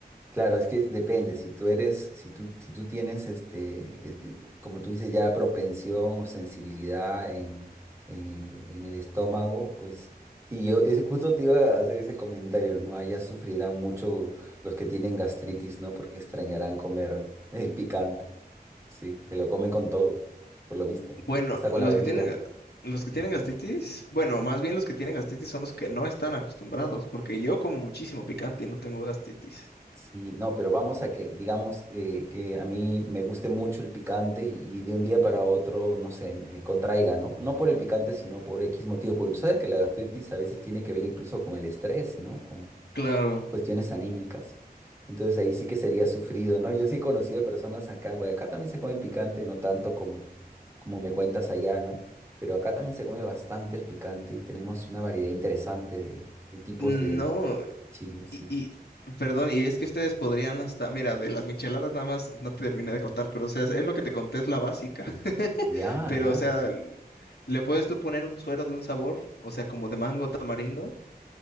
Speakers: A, on the right (about 15°); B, on the left (about 90°).
A: Claro, es que depende, si tú eres, si tú, si tú tienes, este, eh, eh, como tú dices, ya propensión o sensibilidad en, eh, en el estómago, pues sí, yo es, justo te iba a hacer ese comentario, ¿no? Allá sufrirán mucho los que tienen gastritis, ¿no? Porque extrañarán comer el picante, sí, que lo comen con todo, por lo visto,
B: Bueno,
A: hasta con
B: los
A: la bebida.
B: que tienen, ga- los que tienen gastritis, bueno, más bien los que tienen gastritis son los que no están acostumbrados, porque yo como muchísimo picante y no tengo gastritis.
A: Sí, no, pero vamos a que, digamos, eh, que a mí me guste mucho el picante y de un día para otro, no sé, me contraiga, ¿no? No por el picante, sino por X motivos, porque tú sabes que la gastritis a veces tiene que ver incluso con el estrés, ¿no? Con
B: Claro.
A: cuestiones anímicas. Entonces ahí sí que sería sufrido, ¿no? Yo sí he conocido personas acá, bueno, acá también se come picante, no tanto como, como me cuentas allá, ¿no? Pero acá también se come bastante el picante y tenemos una variedad interesante de, de tipos
B: No,
A: de chile, sí.
B: Y, y, perdón, y es que ustedes podrían hasta, mira, de las micheladas nada más no te terminé de contar, pero o sea, es es lo que te conté, es la básica. <laughs>
A: Ya,
B: Pero
A: ya,
B: o sea, l- le puedes tú poner un suero de un sabor, o sea, como de mango tamarindo,